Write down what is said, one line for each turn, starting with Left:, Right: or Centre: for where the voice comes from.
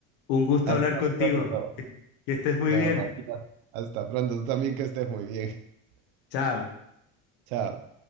Left: un gusto
Right: hasta
Left: hablar contigo.
Right: pronto.
Left: Que que estés muy
Right: No,
Left: bien.
Right: Martina, hasta pronto. Tú también que estés muy bien. <laughs>
Left: Chao.
Right: Chao.